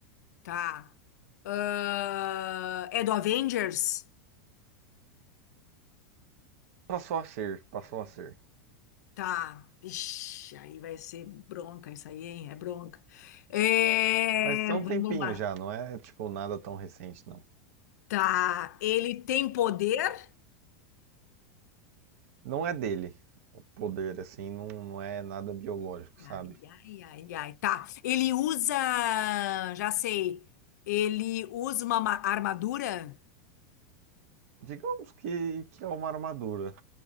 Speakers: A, on the left; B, on the right.
A: Tá. Ah, é do Avengers?
B: Passou a ser, passou a ser.
A: Tá. Ixi, aí vai ser bronca isso aí, hein? É bronca. É,
B: Mas tem um
A: vamos
B: tempinho
A: lá.
B: já, não é tipo nada tão recente, não.
A: Tá. Ele tem poder?
B: Não é dele poder, assim, não, não é nada biológico, sabe?
A: Ai, ai, ai, ai. Tá. Ele usa. Já sei. Ele usa uma ma- armadura?
B: Digamos que, que é uma armadura.